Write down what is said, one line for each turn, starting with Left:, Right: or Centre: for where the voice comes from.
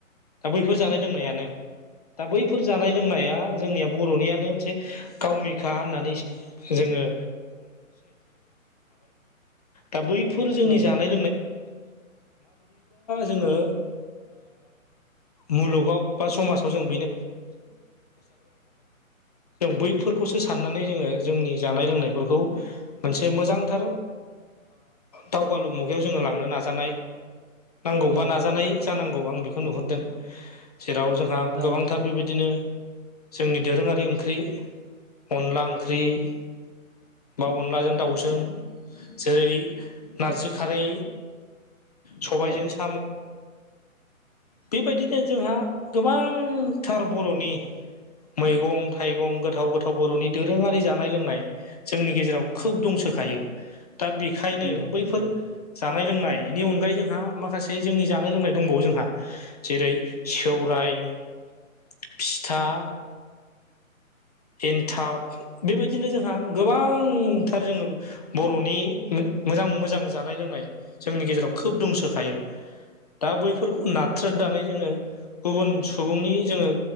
Left: दा बैफोर जानाय लोंनायानो दा बैफोर जानाय लोंनाया जोंनिया बर'नियानो मोनसे गावनिखा होननानै जोङो दा बैफोर जोंनि
Right: औ
Left: जोङो मुलुगाव बा समाजाव जों बैफोरखौसो साननानै जोङो जोंनि जानाय लोंनायफोरखौ मोनसे मोजांथार। दावगालु मुगायाव जोङो लांनो नाजानाय नांगौ बा
Right: औ
Left: नाजानाय जानांगौ आं बेखौ नुहुरदों। जेराव जोंहा
Right: नंगौ
Left: गोबांथार
Right: नंगौ
Left: बेबायदिनो
Right: औ
Left: जोंनि दोरोङारि ओंख्रि अनला ओंख्रि <inaudible> बा अनलाजों दाउजों जेरै नारजि,
Right: औ
Left: खारै। सबायजों
Right: औ
Left: सामु बेबायदिनो जोंहा गोबांथार बर'नि मैगं थाइगं गोथाव गोथाव बर'नि दोरोङारि जानाय लोंनाय जोंनि गेजेराव खोब दंसो होखायो दा बेनिखायनो
Right: उम औ
Left: बैफोर
Right: औ
Left: जानाय लोंनायनि अनगायै जोंहा माखासे जोंनि जानाय लोंनाय दंबावो जोंहा जेरै सेौराय <inaudible> फिथा एनथाब बेबायदिनो जोंहा गोबां थार जोङो बर'नि मोजां मोजां जानाय लोंनाय जोंनि गेजेराव खोब दंसोखा दाइन दा बैफोरखौ नाथ्रेदनानै जोङो गुबुन सुबुंनि जोङो